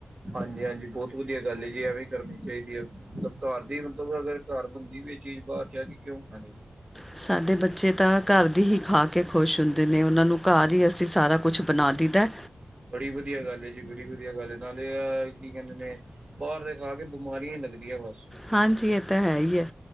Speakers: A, on the right (about 40°); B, in the centre.
A: ਹਾਂਜੀ-ਹਾਂਜੀ, ਬਹੁਤ ਵਧੀਆ ਗੱਲ ਹੈ ਜੀ ਐਵੇਂ ਕਰਨੀ ਚਾਹੀਦੀ ਹੈ ਮਤਲਬ ਘਰ ਦੀ ਮਤਲਬ ਅਗਰ ਘਰ ਬੰਦੀ ਪਈ ਚੀਜ਼ ਬਾਹਰ ਜਾਕੇ ਕਿਉਂ ਖਾਨੀ?
B: ਸਾਡੇ ਬੱਚੇ ਤਾਂ ਘਰ ਦੀ ਹੀ ਖਾਕ ਕੇ ਖੁਸ਼ ਹੁੰਦੇ ਨੇ ਉਹਨਾਂ ਨੂੰ ਘਰ ਹੀ ਅਸੀਂ ਸਾਰਾ ਕੁਛ ਬਣਾ ਦੀਦਾ।
A: ਬੜੀ ਵਧੀਆ ਗੱਲ ਜੀ, ਬੜੀ ਵਧੀਆ ਗੱਲ ਨਾਲੇ ਕੀ ਕਹਿੰਦੇ ਨੇ ਬਾਹਰ ਦੇ ਖਾ ਕੇ ਬਿਮਾਰੀਆਂ ਹੀ ਲੱਗਦੀਆਂ ਬਸ।
B: ਹਾਂਜੀ, ਇਹ ਤਾਂ ਹੈ ਹੀ ਹੈ